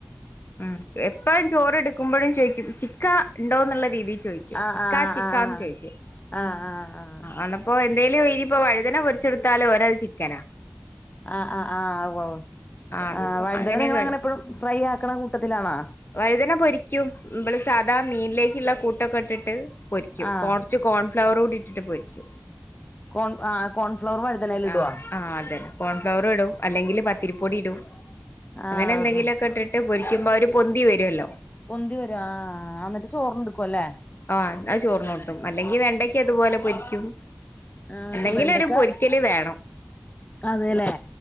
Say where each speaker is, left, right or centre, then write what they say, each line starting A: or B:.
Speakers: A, on the left (about 55°); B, on the left (about 35°).
A: ഉം എപ്പഴും ചോറെടുക്കുമ്പഴും ചോയ്ക്കും ചിക്ക ണ്ടോ ന്നുള്ള രീതിൽ ചോയ്ക്കും
B: ആഹ്
A: ചിക്കാ
B: ആഹ്
A: ചിക്കാന്ന്
B: ആഹ്
A: ചോയ്ക്കും
B: ആഹ് ആഹ് ആഹ്
A: അന്നപ്പോ എന്തേലും ഇനി പ്പൊ വഴുതന പൊരിച്ചൊടുത്താലും ഓനത് ചിക്കനാ
B: ആഹ് ആഹ് ആഹ് വൊ
A: അന്നപ്പോ
B: ആഹ് വഴുതന നിങ്ങള്
A: കഴിക്കും
B: അങ്ങനെ എപ്പഴും ഫ്രൈ ആക്ക്ണ കൂട്ടത്തിലാണോ?
A: വഴുതന പൊരിക്കും നമ്മള് സാധാ മീനിലേക്കുള്ള കൂട്ടൊക്കെ ഇട്ടിട്ട് പൊരിക്കും
B: ആഹ്
A: കുറച്ച കോൺഫ്ലവർ കൂടി ഇട്ടിട്ട് പൊരിക്കും
B: കോൺ ആ കോൺഫ്ലോർ വഴുതനയിൽ ഇടുവാ
A: ആഹ് ആഹ് അതെ കോൺഫ്ലവറ് ഇടും അല്ലെങ്കിൽ പത്തിരിപ്പൊടി ഇടും
B: ആഹ്
A: അങ്ങനെ എന്തെങ്കിലുവൊക്കെ
B: ആഹ്
A: ഇട്ടിട്ട് പൊരിക്കുമ്പോ ആ ഒരു പൊന്തി വരുവല്ലോ
B: പൊന്തി വരും ആഹ് ആഹ് ആഹ് എന്നിട്ട് ചോറിനെടുക്കുവല്ലേ
A: ആഹ് അത് ചോറിനൂട്ടും അല്ലെങ്കി വെണ്ടക്ക ഇതുപോലെ പൊരിക്കും
B: ആഹ്
A: എന്തെങ്കിലും
B: വെണ്ടക്ക
A: ഒരു പൊരിക്കല് വേണം
B: അതേല്ലേ